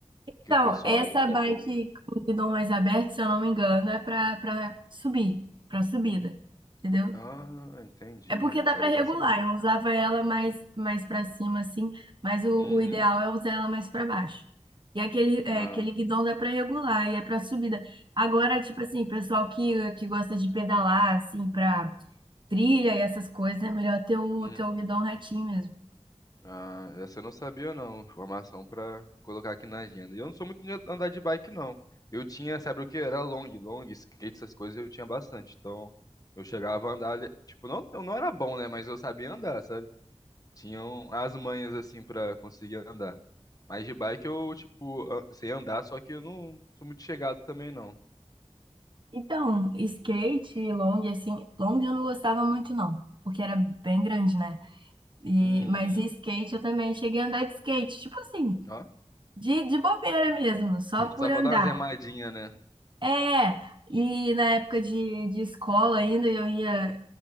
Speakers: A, on the right; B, on the left.
A: Então,
B: que o pessoal
A: essa
B: agora
A: bike
B: compra.
A: com guidão mais aberto, se eu não me engano, é pra, pra subir, pra subida. entendeu?
B: Ah, entendi.
A: É porque
B: Eu
A: dá
B: Não sabia
A: pra regular.
B: dessa não.
A: Eu usava ela mais mais para cima assim, mas o,
B: Uhum.
A: o ideal é usar ela mais pra baixo. E aquele é,
B: Ah,
A: aquele guidão dá pra regular e é pra subida. Agora, tipo assim, pessoal que que gosta de pedalar assim pra trilha e essas coisas, é melhor ter o
B: uhum.
A: ter o guidão retinho mesmo.
B: Ah, essa eu não sabia não. Informação pra colocar aqui na agenda. E eu não sou muito de andar de bike não. Eu tinha, sabe o que? Era long, long, skate, essas coisas eu tinha bastante. Então, eu chegava a andar, ali- tipo, não, eu não era bom, né, mas eu sabia andar, sabe? Tinham as manhas assim pra conseguir andar. Mas de bike eu, tipo, a- sei andar, só que eu não sou muito chegado também não.
A: Então, skate e long assim, long eu não gostava muito não, porque era bem grande, né? E
B: Uhum.
A: mas e skate eu também cheguei a andar de skate, tipo assim,
B: Ó,
A: de, de bobeira mesmo, só
B: <laughs>
A: por
B: só pra
A: andar.
B: dar uma zemadinha, né?
A: É, e na época de, de escola ainda eu ia,